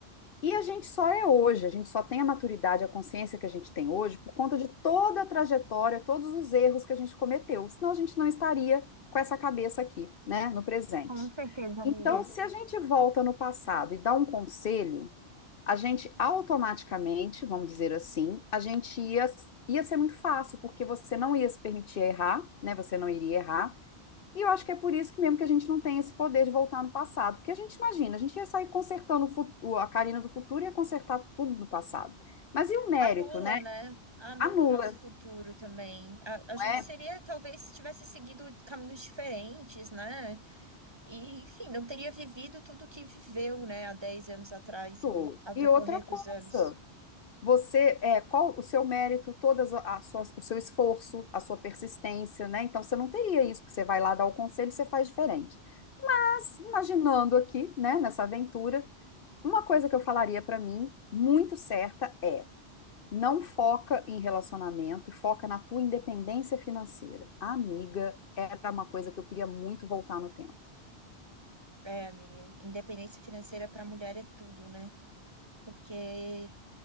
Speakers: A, on the left (about 60°); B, on the right (about 25°).
A: E a gente só é hoje, a gente só tem a maturidade, a consciência que a gente tem hoje por conta de toda a trajetória, todos os erros que a gente cometeu, senão a gente não estaria com essa cabeça aqui, né, no presente.
B: Com certeza, amiga.
A: Então, se a gente volta no passado e dá um conselho, a gente automaticamente, vamos dizer assim, a gente ia, ia ser muito fácil, porque você não ia se permitir errar, né, você não iria errar. E eu acho que é por isso que mesmo que a gente não tem esse poder de voltar no passado, porque a gente imagina, a gente ia sair consertando o futuro, a Karina do futuro ia consertar tudo no passado. Mas e o mérito,
B: Anula,
A: né?
B: né? Anula
A: Anula,
B: o nosso
A: não
B: futuro também. A, a gente
A: é?
B: seria, talvez, se tivesse seguido caminhos diferentes, né? E, enfim, não teria vivido tudo o que viveu, né, há 10 anos atrás
A: Pô,
B: e ao
A: E
B: decorrer
A: outra coisa,
B: dos anos.
A: você, é, qual o seu mérito, todas a, a sua- o seu esforço, a sua persistência, né? Então você não teria isso, porque você vai lá dar o conselho e você faz diferente. Mas imaginando aqui, né, nessa aventura, uma coisa que eu falaria para mim muito certa é Não foca em relacionamento e foca na tua independência financeira. Amiga, era uma coisa que eu queria muito voltar no tempo.
B: É, amiga, independência financeira para a mulher é tudo, né? Porque